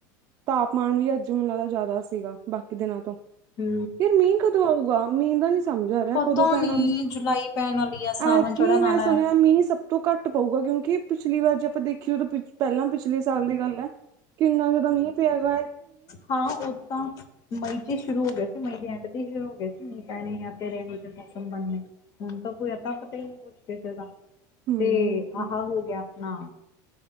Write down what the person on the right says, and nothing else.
ਤਾਪਮਾਨ ਵੀ ਅੱਜ ਮੈਨੂੰ ਲੱਗਦਾ ਜਿਆਦਾ ਸੀਗਾ ਬਾਕੀ ਦਿਨਾਂ ਤੋਂ।
ਯਾਰ ਮੀਂਹ ਕਦੋਂ ਆਊਗਾ ਮੀਂਹ ਨੀ ਸਮਝ ਆ ਰਿਹਾ
ਕਦੋਂ ਪੈਣਾ
ਮੀਹ
ਐਤਕੀ
ਮੈਂ
ਸੁਣਿਆ।
ਤਾਂ ਮੀਂਹ ਸਭ ਤੋਂ ਘੱਟ ਪਊਗਾ ਕਿਉਂਕਿ। ਪਿਛਲੀ ਵਾਰ ਜੇ ਆਪਾਂ ਦੇਖੀਏ ਤਾਂ ਪਹਿਲਾਂ ਪਿਛਲੇ ਸਾਲ ਦੀ ਗੱਲ ਹੈ। ਕਿ ਇੰਨਾ ਜ਼ਿਆਦਾ ਮੀਹ ਪਿਆਗਾ।
ਹਮ